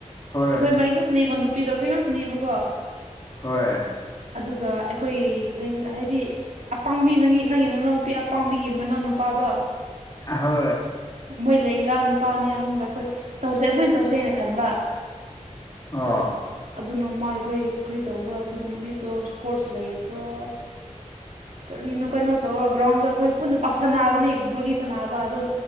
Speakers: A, on the left (about 30°); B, on the right (about 75°).
A: ꯍꯣꯏ
B: ꯑꯩꯈꯣꯏ ꯃꯔꯤ ꯉꯥꯛꯇꯅꯦꯕ ꯅꯨꯄꯤꯗꯣ ꯑꯩꯈꯣꯏ ꯉꯥꯛꯇꯅꯦꯕꯀꯣ
A: ꯍꯣꯏ
B: ꯑꯗꯨꯒ ꯑꯩꯈꯣꯏ ꯍꯥꯏꯗꯤ ꯑꯄꯥꯡꯕꯤ ꯅꯪꯒꯤ ꯅꯪꯒꯤ ꯅꯅ ꯅꯨꯄꯤ ꯑꯄꯥꯕꯤ ꯌꯦꯡꯕꯅ ꯅꯨꯄꯥꯗꯣ
A: ꯑ ꯍꯣꯏ
B: ꯃꯣꯏ ꯂꯦꯡꯒ ꯅꯨꯄꯥ ꯑꯅꯤ ꯑꯍꯨꯝꯒ ꯑꯩꯈꯣꯏ ꯇꯧꯁꯦ ꯑꯗꯨꯃꯥꯏ ꯇꯧꯁꯦ ꯍꯥꯏꯅ ꯈꯟꯕ
A: ꯑꯣ
B: ꯑꯗꯨ ꯅꯣꯡꯃꯥꯏ ꯈꯣꯏ ꯀꯔꯤ ꯇꯧꯕ꯭ꯔꯥ ꯑꯗꯨ ꯅꯨꯃꯤꯠꯇꯣ ꯏꯁꯄꯣꯔꯠꯁ ꯂꯩꯕ꯭ꯔꯥ ꯀꯔꯤꯅꯣ ꯀꯩꯅꯣ ꯇꯧꯔꯒ ꯒ꯭ꯔꯥꯎꯟꯗꯣ ꯑꯩꯈꯣꯏ ꯄꯨꯟꯅ ꯁꯥꯟꯅꯕꯅꯦ ꯕꯣꯂꯤ ꯁꯥꯟꯅꯕ ꯑꯗꯨꯝ